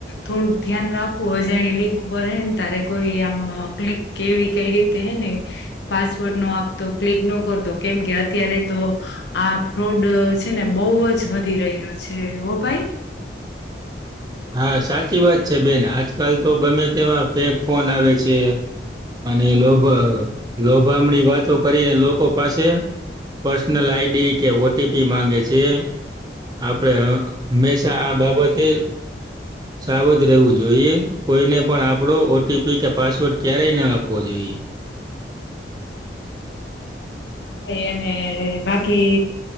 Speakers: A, on the left (about 80°); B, on the right (about 20°).
A: થોડુંક ધ્યાન રાખવું અજાણ્યા લિંક ઉપર હે ને તારે કોઈ આમ ક્લિક કેવી કઈ રીતે હે ને, પાસવોર્ટ નો આપતો, ક્લિક નો કરતો, કેમ કે અત્યારે તો આ ફ્રોડ છે ને, બહુ જ વધી રહ્યો છે હો ભાઈ
B: હા સાચી વાત છે બેન, આજકાલ તો ગમે તેવા ફેક ફોન આવે છે. અને લોભ, લોભામડી વાતો કરીને લોકો પાસે પર્સનલ આઈડી કે ઓ. ટી. પી માગે છે. આપણે હંમેશા આ બાબતે સાવધાન રહેવું જોઈએ, કોઈને પણ આપણો ઓટીપી કે પાસવર્ડ ક્યારેય ના આપવો જોઈએ.
A: હા એ બાકી